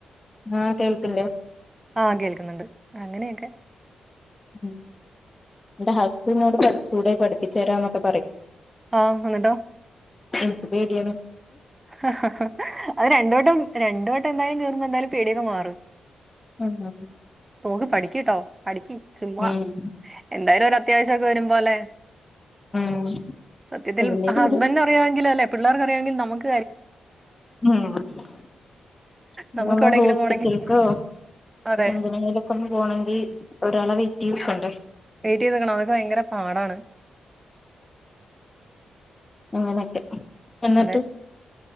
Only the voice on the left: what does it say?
ആഹ് കേൾക്ക്ല്ലേ
ഉം ഇന്റെ ഹസ്ബന്റ് ന്നോട് പഠിച്ചൂടെ പഠിപ്പിച്ചരാ ന്നൊക്കെ പറയും
എനിക്ക് പേടിയാണേ
ആഹ് ആഹ്
ഉം
ഉം
അതിന്റെരു
ഒരു
ഉം <unintelligible>
ഹോസ്പിറ്റൽക്കോ
എന്തിനേലൊക്കെ ഒന്ന് പോണെങ്കി ഒരാളെ വെയിറ്റ് ചെയ്തു നിൽക്കണ്ടേ
അങ്ങനെയൊക്കെ എന്നിട്ട്